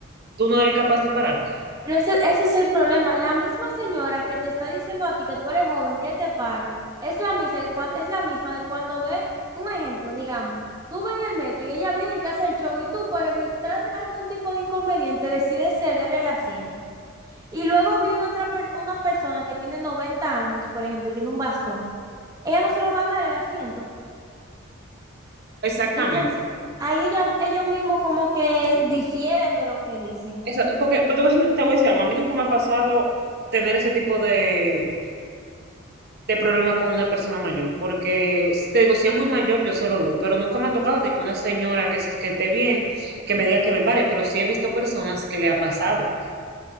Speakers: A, on the right; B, on the right.
A: tú no eres capaz de pararte.
B: Pero ese, ese es el problema. La misma señora que te está diciendo a ti que tú eres joven, que te pare, es la misma, que cua- es la misma que cuando ve un ejemplo, digamos, tú vas en el metro y ella viene y te hace el show y tú por evitar algún tipo de inconveniente decides ceder el asiento. Y luego viene otra per- una persona que tiene 90 años, por ejemplo, y tiene un bastón. Ella no se lo va a dar el asiento.
A: Exactamente.
B: Entonces, ahí ella- ellos mismos como que difieren de lo que dicen.
A: Exacto. Porque te voy a decir te voy a decir algo. A mí nunca me ha pasado tener ese tipo de de problema con una persona mayor, porque te digo, si es muy mayor, yo se lo doy, pero nunca me ha tocado de que una señora que, que esté bien, que me diga que me pare, pero sí he visto personas que le ha pasado.